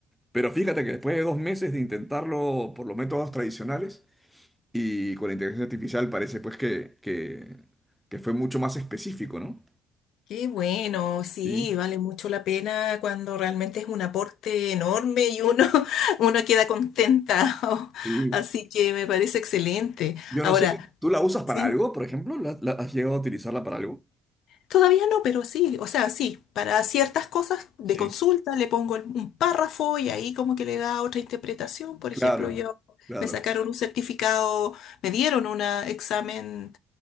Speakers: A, in the centre; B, on the left.
A: Pero fíjate que después de dos meses de intentarlo por los métodos tradicionales y con la inteligencia artificial parece pues que, que, que fue mucho más específico, ¿no?
B: Qué bueno, sí,
A: Sí,
B: vale mucho la pena cuando realmente es un aporte enorme y uno, <laughs> uno queda contenta. <laughs>
A: sí.
B: Así que me parece excelente.
A: Yo
B: Ahora,
A: no sé si tú la usas para
B: sí,
A: algo, por ejemplo, ¿La, la- has llegado a utilizarla para algo?
B: todavía no, pero sí, o sea, sí, para ciertas cosas de
A: Sí,
B: consulta le pongo el- un párrafo y ahí como que le da otra interpretación. Por
A: claro,
B: ejemplo, yo
A: claro.
B: me sacaron un certificado, me dieron un examen